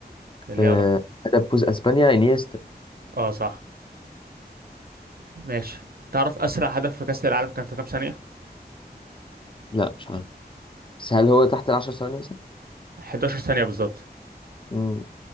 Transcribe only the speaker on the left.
آه،
هدف فوز اسبانيا انيستا
لا مش عارف بس هل هو تحت العشر ثواني مثلا؟
مم.